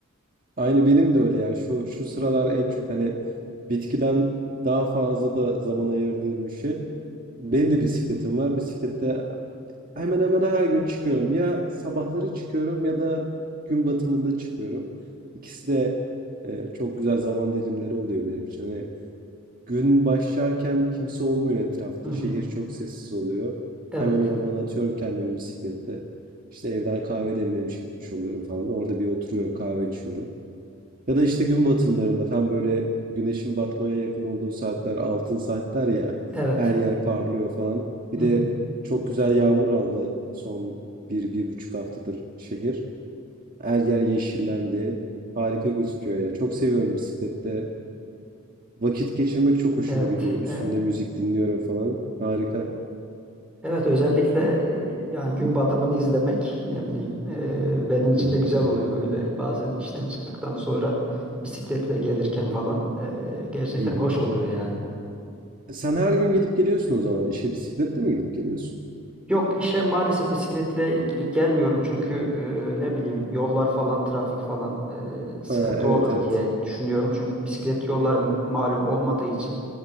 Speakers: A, on the right (about 40°); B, in the centre.
A: aynı benim de öyle ya. Şu şu sıralar en çok hani bitkiden daha fazla da zaman ayırdığım bir şey. Benim de bisikletim var. Bisiklette Hemen hemen her gün çıkıyorum. Ya sabahları çıkıyorum ya da gün batımında çıkıyorum. İkisi de e, çok güzel zaman dilimleri oluyor benim için. Hani gün başlarken kimse olmuyor etrafta.
B: Hı hı.
A: Şehir çok sessiz oluyor.
B: Evet.
A: Hemen ormana atıyorum kendimi bisiklette. İşte evden kahve demlemiş gitmiş oluyorum falan. Orada bir oturuyorum kahve içiyorum. Ya da işte gün batımlarında tam böyle güneşin batmaya yakın olduğu saatler altın saatler ya
B: Evet.
A: her yer parlıyor falan. Bir
B: Hı hı.
A: de çok güzel yağmur aldı son bir, bir buçuk haftadır şehir. Her yer yeşillendi. Harika gözüküyor ya. Çok seviyorum bisiklette. Vakit geçirmek çok hoşuma
B: Evet.
A: gidiyor. Üstünde
B: Ee,
A: müzik dinliyorum falan. Harika.
B: evet özellikle e, yani gün batımını izlemek ne bileyim e, benim için
A: Hı hı.
B: de güzel oluyor böyle bazen işten çıktıktan sonra bisikletle gelirken falan e, gerçekten
A: Hı hı.
B: hoş oluyor yani.
A: Sen her gün gidip geliyorsun o zaman. İşe bisikletle mi gidip geliyorsun?
B: Yok işe maalesef bisikletle gidip gelmiyorum çünkü e, ne bileyim yollar falan trafik falan e, sıkıntı
A: Ha, evet
B: olur
A: evet.
B: diye düşünüyorum. Çünkü bisiklet yollar ma- malum olmadığı için